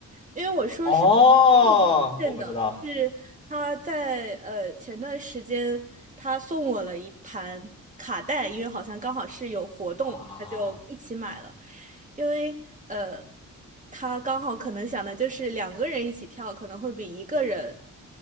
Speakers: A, on the right (about 25°); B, on the left (about 15°).
A: 因为我说是没有推荐的，
B: 哦，我不知道
A: 是他在呃前段时间他送我了一盘卡带，因为好像刚好是有活动，
B: 啊。
A: 他就一起买了，因为呃他刚好可能想的就是两个人一起跳可能会比一个人